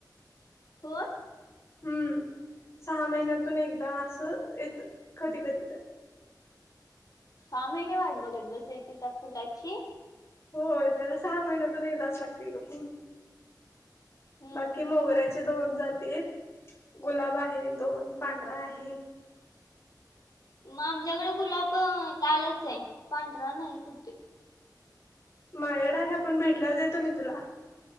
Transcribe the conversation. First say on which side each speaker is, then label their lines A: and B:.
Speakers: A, on the left; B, on the left.
A: होय?
B: हम्म सहा महिन्यातून एकदा असं येत, कधी कधी तर.
A: सहा महिने वाट बघत बसायची त्या फुलाची.
B: होय त्याला सहा महिन्यातून एकदास लागते ग पूर.
A: हम्म
B: बाकी
A: हम्म.
B: मोगऱ्याचे दोन जाती आहेत. गुलाब आहे दोन पांढरा आहे.
A: म आमच्याकडें गुलाब पन लालच ये पांढरा नाय कुठे.
B: माझ्याकडं आहे आपण भेटल्यावर देतो मी तुला.